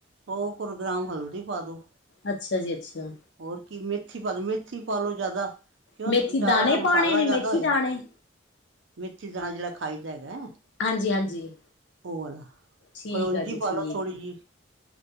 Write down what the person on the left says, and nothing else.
ਅੱਛਾ ਜੀ ਅੱਛਾ।
ਮੇਥੀ
ਦਾਣੇ
ਪਾਣੇ ਨੇ
ਮੇਥੀ
ਦਾਣੇ
ਹਾਂਜੀ ਹਾਂਜੀ।
ਠੀਕ
ਆ ਜੀ
ਠੀਕ
ਆ